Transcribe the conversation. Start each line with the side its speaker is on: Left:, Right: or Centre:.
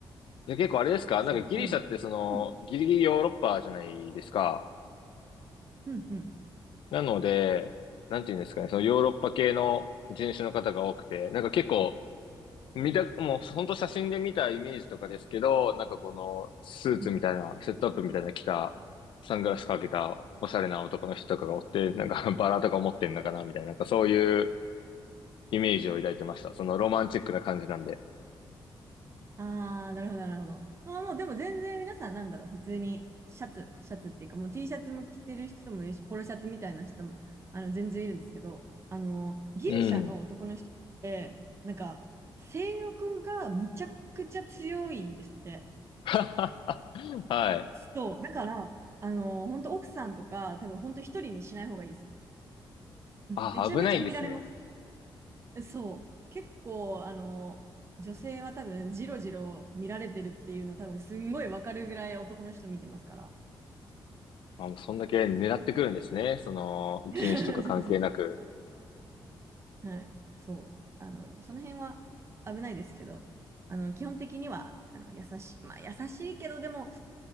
Left: で、結構あれですかなんかギリシャってその、
Right: そう。なんで、うん、
Left: ギリギリヨーロッパじゃないですか。
Right: うん、うん。
Left: なので、なんていうんですかね、そのヨーロッパ系の人種の方が多くて、なんか結構見た、もう本当写真で見たイメージとかですけど、なんかこのスーツみたいな、
Right: うん
Left: セットアップみたいな着た、サングラスかけたおしゃれな男の人とかがおって、なんか <laughs> バラとか持ってんのかなみたいな、なんかそういうイメージを抱いてました。そのロマンチックな感じなんで。
Right: ああ、なるほど、なるほど。まあもう、でも全然皆さんなんだろう、普通にシャツ、シャツっていうか、もう T シャツも着てる人もいるし、ポロシャツみたいな人も、あの、全然いるんですけど、あの、ギリシャの男の人って、
Left: うん。
Right: なんか、性欲がむちゃくちゃ強いんですって。
Left: <laughs> はい。
Right: そう。だから、あの、本当奥さんとか、多分本当一人にしない方がいいです。めちゃめちゃ見られます。
Left: あ、危ないんですね。
Right: そう。結構、あの、女性は多分、ジロジロ見られてるっていうの、多分、すんごいわかるぐらい男の人見てますから。
Left: あ、もうそんだけ狙ってくるんですね。その人種とか関係なく。
Right: <laughs> はい。そう。あの、その辺は危ないですけど、あの、基本的には、あの、優しい、まあ、優しいけど、でも、